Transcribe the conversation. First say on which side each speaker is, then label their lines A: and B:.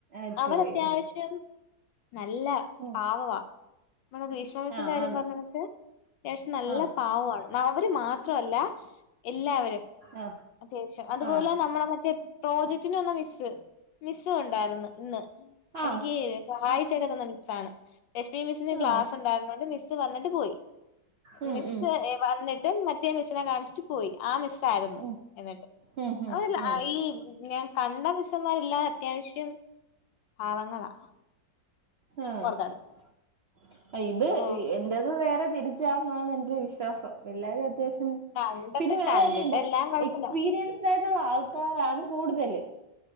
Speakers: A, on the right; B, on the left.
A: എച്ച്
B: അവർ
A: ഒ ഡി
B: അത്യാവശ്യം
A: ഉം
B: നല്ല
A: ഉം
B: പാവവാ നമ്മള കാസിന്റെ
A: ആ
B: കാര്യം
A: ആന്ന്
B: പറഞ്ഞതൊക്കെ ത്യാവശ്യം നല്ല
A: ആ
B: പാവാണ് അവര് മാത്രല്ല എല്ലാവരും
A: ആ
B: അത്യാവശ്യം അതുപോലെ
A: ആ
B: നമ്മളെ മറ്റേ പ്രോജക്റ്റിന വന്ന് മിസ്സ് മിസ്സ് ഉണ്ടായിര്ന്ന് ഇന്ന്
A: ആ
B: എനിക്ക് സഹായിച്
A: ആ
B: തന്ന മിസ്സാണ് ലക്ഷ്മി മിസ്സിന് ഗ്ലാസ്
A: ആ
B: ഉണ്ടായിരുന്നോണ്ട് മിസ്സ് വന്നിട്ട് പോയി
A: ഉം
B: മിസ്
A: ഉം
B: എ വന്നിട്ട് ദൻ മറ്റേ മിസ്സിനെ കാണിച്ചു പോയി ആ മിസ്സ്‌ ആയിരുന്നു
A: ഉം
B: എന്നിട്ട്
A: ഉം ഉം
B: അവരെല്ല
A: ഉം
B: ഈ പിന്നേ കണ്ട മിസ്സന്മാരല്ലാ അത്യാവശ്യം പാവങ്ങളാ
A: ആഹ
B: ഓർക്കാട്.
A: ഇത്
B: ഓഹ്
A: ഇ എന്റേത് നേരെ തിരിച്ചാണ്ന്നാണ് എന്റെ വിശ്വാസം എല്ലാരും അത്യാവശ്യം
B: കണ്ടിട്ട്
A: പിന്നെ വേറെകാര്യണ്ട്
B: കണ്ടിട്ടെല്ലാം കൊഴപ്പല്ല
A: എക്സ്പീരിയൻസ് ആയിട്ടുള്ള ആൾക്കാരാണ് കൂടുതല്